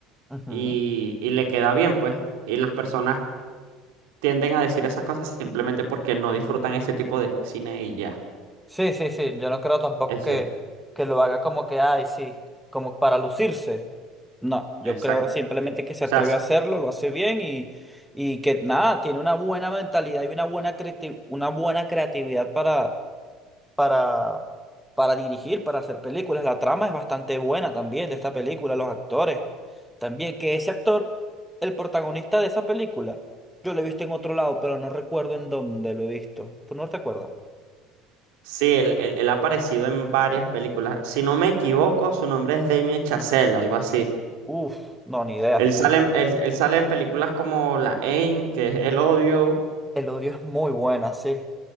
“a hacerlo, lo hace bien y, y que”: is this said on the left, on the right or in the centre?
Centre